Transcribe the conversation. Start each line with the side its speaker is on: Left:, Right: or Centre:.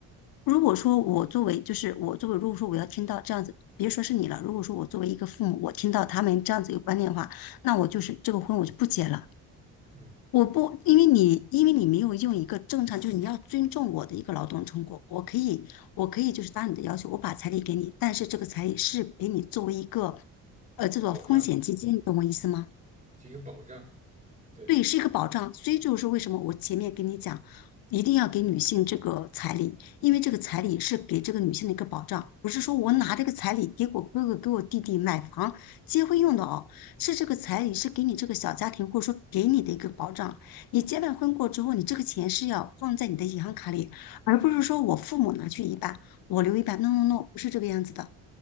Left: 如果说我作为就是我作为，如果说我要听到这样子，别说是你了，如果说我作为一个父母，我听到他们这样子一个观念的话，那我就是这个婚我就不结了。
Right: 嗯，
Left: 我不，因为你，因为你没有用一个正常，就是你要尊重我的一个劳动成果。我可以，我可以就是答你的要求，我把彩礼给你，但是这个彩礼是给你作为一个，呃，这种风险基金，
Right: 保障，
Left: 你懂我意思吗？
Right: 这个保障，对，
Left: 对，是一个保障。所以就是为什么我前面跟你讲，一定要给女性这个彩礼，因为这个彩礼是给这个女性的一个保障，不是说我拿这个彩礼给我哥哥、给我弟弟买房、结婚用的哦，是这个彩礼是给你这个小家庭或者说给你的一个保障。你结完婚过之后，你这个钱是要放在你的银行卡里，而不是说我父母拿去一半，我留一半。No No No，不是这个样子的。